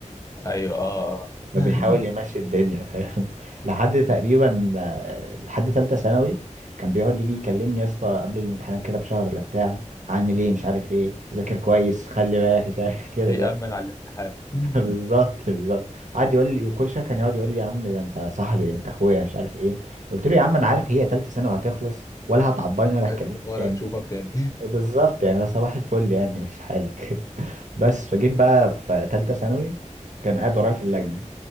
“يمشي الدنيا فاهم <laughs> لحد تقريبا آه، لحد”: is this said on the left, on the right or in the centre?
Right